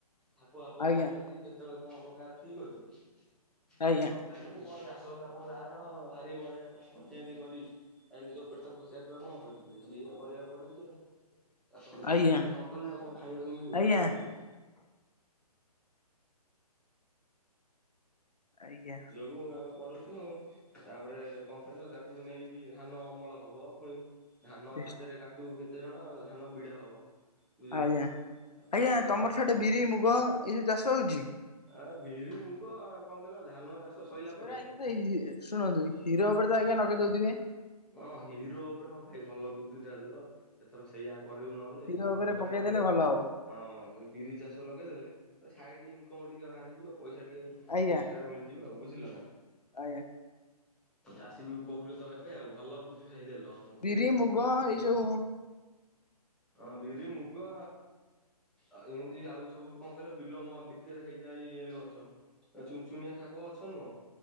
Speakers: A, in the centre; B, on the left.
A: ସାପ ଫାପ
B: ଆଜ୍ଞା
A: ବାହାରୁଛନ୍ତି କେତେବେଳେ କଣ ହବ କାହାର ଠିକ ଅଛି।
B: ଆଜ୍ଞା
A: ଆଜି କଣ ଚାଷ କାମ ଜାହାର ଭାରି ମଜା ତାହାର କେନ୍ତି କରିବି। ଆ ନିଜ ପେଟ ପୋସିବାକୁ ଆଉ କଣ କରିବୁ ଭାଇ। ସେଇଆ କରିବାକୁ ପଡୁଚି ଆଉ ଚାଷ କରିବାକୁ
B: ଆଜ୍ଞା
A: ପଡୁଚି ନ କଲେ ଆଉ କଣ ଖାଇବାକୁ ମିଳିବ
B: ଆଜ୍ଞା
A: କି ବୁଝୁଚ।
B: ଆଜ୍ଞା।
A: ମୁଁ ଆ କରୁଚୁ। ତାପରେ କଣ କହିଲ ତାକୁ ନେଇକି ଧାନ ଅମଳ ହବ ଫୁଣି ଧାନ
B: ବେଶ
A: ହାତରେ କାଟୁ କେତେ ଜଣ ଧାନ ବିଡା ହବ। ବୁଝିଲ।
B: ଆଜ୍ଞା
A: କଚଡା
B: ଆଜ୍ଞା ତମର
A: କରି
B: ସେଟେ ବିରି ମୁଗ ଏଇ ସବୁ ଚାଷ ହଉଚି।
A: ଆ ବିରି ମୁଗ କଣ କହିଲ ଧାନ ଚାଷ ସଇଲା
B: ଶେଗୁରା
A: ପରେ
B: ଆଜ୍ଞା ତ ଏ ଶୁଣନ୍ତୁ ହିର ଉପରେ ତ ଆଜ୍ଞା ନଗେଇ ଦଉଥିବେ।
A: ହଁ ହିରୋ ଉପରେ ହଁ ଭାଇ ଭଲ ବୁଦ୍ଧିତା ଦେଲ। ଏଥର ସେଇଆ କରିବୁ ନହେଲେ
B: ହିରୋ
A: ହିର ଉପରେ
B: ପକେଇଦେଲେ
A: ଆମେ
B: ଭଲ ହବ
A: ହଁ ସେ ବିରି ଚାଷ ଲଗେଇଦେଲେ ସାଇଟ ଇନକମ ଟିକେ ବାହାରିଯିବ ପଇସା ଟିକେ
B: ଆଜ୍ଞା
A: ଏକ୍ସଟ୍ରା ମିଳିଯିବ ଆଉ ବୁଝିଲନା
B: ଆଜ୍ଞା।
A: ଚାଷୀବି ଉପକୃତ ହେବ। ହେବେ ଆଉ ଭଲ ବୁଦ୍ଧି ଭାଇ ଦେଲ ଅମୁକୁ।
B: ବି ମୁଗ ଏଇ ଯଉ
A: ହଁ ବିରି ମୁଗୁ ଆଉ ଏମିତି ଆଉ ସବୁ କଣ କହିଲ ବିଲୋ ମ ଭିତରେ ହେଇଯାଏ ଇଏ ଗଛ। ଚୁନଚୁନିଆ ଶାଗ ଅଛ ନୁହଁ